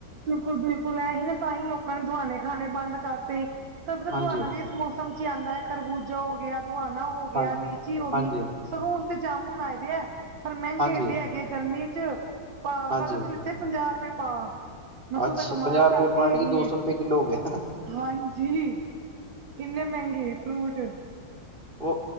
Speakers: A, on the right; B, on the right.
A: ਬਿਲਕੁਲ-ਬਿਲਕੁਲ, ਐਹੀ ਨਾ ਤਾਂ ਹੀ ਲੋਕਾਂ ਨੇ ਦੁਆਣੇ ਖਾਣੇ ਬੰਦ ਕਰਤੇ ਤੁੂਹਾਨੂੰ ਪਤਾ
B: ਹਾਂਜੀ
A: ਦੁਆਣਾ ਵੀ ਇਸ ਮੋਸ ਸਮਝ ਚ ਆਂਦਾ ਖਰਬੂਜਾ ਹੋ ਗਿਆ, ਦੁਆਣਾ ਹੋ ਗਿਆ,
B: ਹਾਂਜੀ
A: ਲੀਚੀ ਹੋਗੀ।
B: ਹਾਂਜੀ
A: ਸਗੌ ਹੁਣ ਤੇ ਜਾਮੁਣ ਆਏ ਦੇ ਐ, ਪਰ ਮੈੰਗੇ
B: ਹਾਂਜੀ
A: ਇਡੇ ਹੈਗੇ ਐ ਗਰਮੀ ਇਚ ਅਸੀਕਨ
B: ਹਾਂਜੀ
A: ਕੱਲ ਅਸੀਂ ਲਿੱਤ ਤੇ ਪੰਜਾਹ ਰੁਪਏ ਪਾ। ਮੈਂ ਤੂੰ
B: ਅੱਛਾ
A: ਤਾਂ ਕਮਾਲ
B: ਪੰਜਾਹ ਰੁਪਏ
A: ਕਰਤੀ
B: ਪਾਨੀ,
A: ਹੈਗੀ
B: ਦੋ ਸੌ
A: ਏ
B: ਰੁਪਏ ਕਿੱਲੋ ਹੋ ਗਿਆ।
A: ਹਾਂਜੀ, ਇੰਨੇ ਮਹਿੰਗੇ ਫਰੂਟ।
B: ਓ,